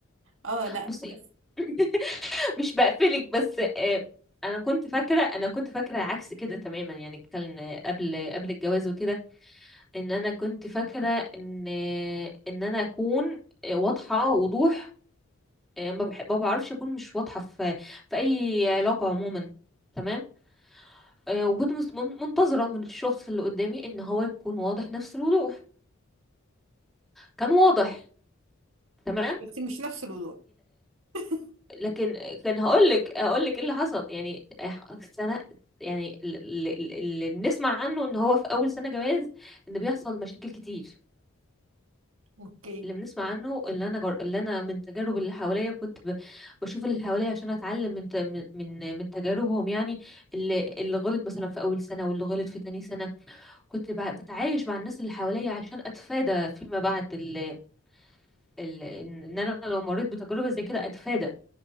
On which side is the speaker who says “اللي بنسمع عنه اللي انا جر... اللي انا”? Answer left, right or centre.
Centre